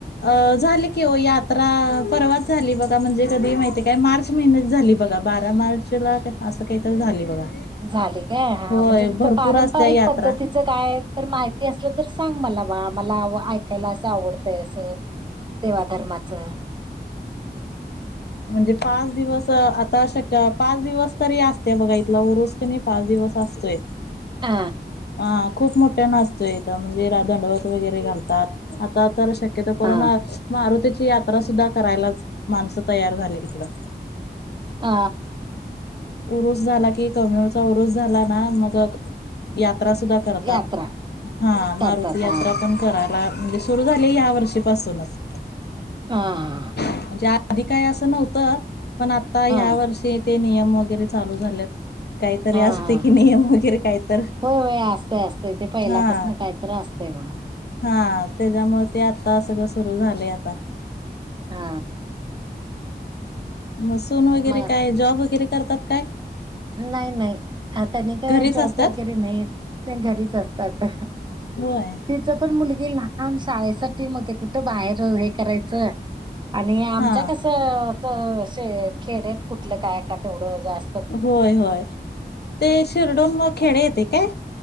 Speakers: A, on the left (about 70°); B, on the right (about 25°).
A: अ.. झाली की ओ यात्रा परवाच झाली बघा म्हणजे कधी माहितीये काय मार्च महिन्यात झाली बघा बारा मार्चला असं काही तर झाली बघा
B: झाली काय हा
A: होय
B: म्हणजे तिथं
A: भरपूर
B: पारंपरिक
A: असत्या यात्रा
B: पद्धतीचं काय तर माहिती असलं तर सांग मला मला ऐकायला असं आवडतंय असं देवाधर्माच
A: म्हणजे पाच दिवस आता शक्य पाच दिवस तरी असतेय बघा इथला उरूस क नइ पाच दिवस असतोय
B: आ
A: हा खूप मोठ्यानं असतोय इथं म्हणजे <unintelligible> दंडवत वगैरे घालतात आता तर शक क्यतो <unintelligible>
B: हा
A: मारुतीची यात्रा सुद्धा करायलाच माणसं तयार झाली हिकडं
B: ह
A: उरुस झाला की कबनूरचा उरुस झाला ना मग यात्रा सुद्धा करतात
B: यात्रा
A: हा.. मारुती
B: करतात
A: यात्रा
B: हा
A: पण करायला म्हणजे सुरू झाली या वर्षीपासूनच
B: हह हा
A: म्हणजे आधी काही असं नव्हतं पण आता ह्या
B: हा
A: वर्षी ते नियम वगैरे चालू झालेत काहीतरी
B: हा
A: असते
B: हा
A: की नियम वगैरे काहीतर
B: होय होय असतय असतं तेे पहिल्यापासन
A: हा.
B: काहीत असत तेव
A: हा त्याच्यामुळे ते आता सगळं सुरु झाले आता
B: हा
A: मसून वगैरे
B: मग
A: काय जॉब वगैरे करतात काय
B: नाही नाही आ त्यांनी काय
A: घरीच
B: जॉब
A: असतात
B: वगैरे नाही घरीच असतात
A: होय
B: तिच पण मुलगी लहान शाळेसाठी मते कुठं बाहेर हे करायचं आणि आमच्या
A: हा
B: कस असे खेडत कुठलं काय का तेवढं जात
A: होय होय ते शिर्डून मग खेडे येते काय